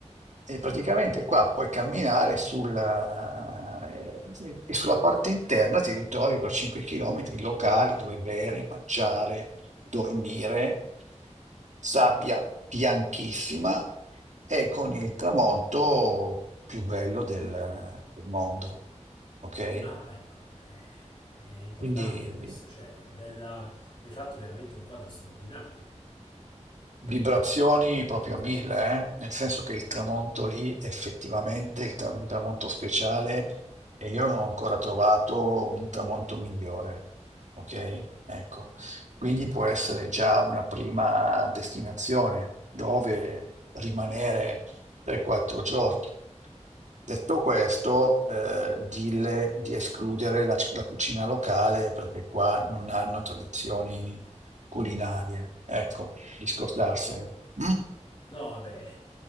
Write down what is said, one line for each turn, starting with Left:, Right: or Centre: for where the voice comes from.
Right: e praticamente qua puoi camminare sulla, eh, e sulla parte interna ti ritrovi per 5 km locali dove bere, mangiare dormire, sabbia bianchissima e con il tramonto più bello del, del mondo. Ok?
Left: Ah, ecco, eh, è importante
Right: Quindi.
Left: questo, cioè è bella, mi hai fatto veramente un quadro straordinario.
Right: Vibrazioni proprio a mille, eh? Nel senso che il tramonto lì effettivamente è un tramonto speciale e io non ho ancora trovato un tramonto migliore, ok? Ecco, quindi può essere già una prima destinazione dove rimanere 3-4 giorni. Detto questo, eh, dille di escludere la, la cucina locale perché qua non hanno tradizioni culinarie. Ecco di scordarsene. mm?
Left: No, vabbè,